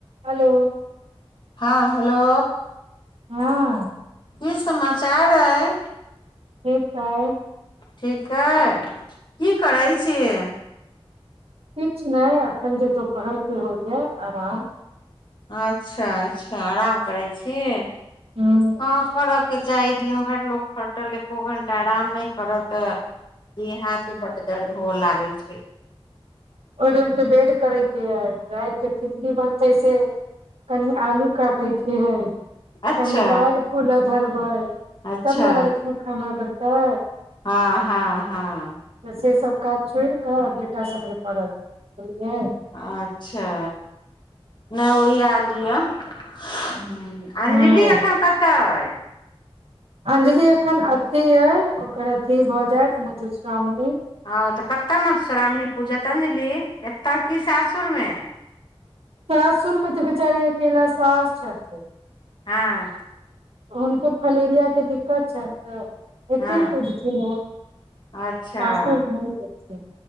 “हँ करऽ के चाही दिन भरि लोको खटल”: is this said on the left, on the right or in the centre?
Left